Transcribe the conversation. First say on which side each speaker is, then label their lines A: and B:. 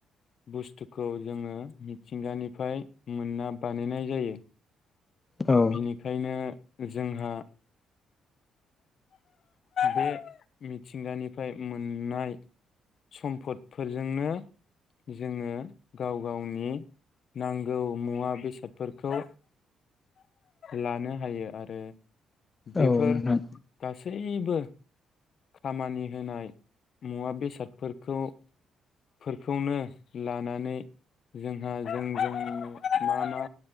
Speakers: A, on the left (about 55°); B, on the left (about 25°).
A: बुस्थुखौ जोङो मिथिंगानिफ्राय मोनना बानायनाय जायो।
B: नोंथां औ
A: बिनिखायनो जोंहा बे मिथिंगानिफ्राय मोननाय सम्पदफोरजोंनो जोङो गाव गावनि नांगौ मुवा बेसादफोरखौ लानो हायो आरो बेफोर
B: औ नोंथां
A: गासै जैबो खामानि होनाय मुवा बेसादफोरखौ फोरखौनो लानानै जोंहा जोंजोंनो मा मा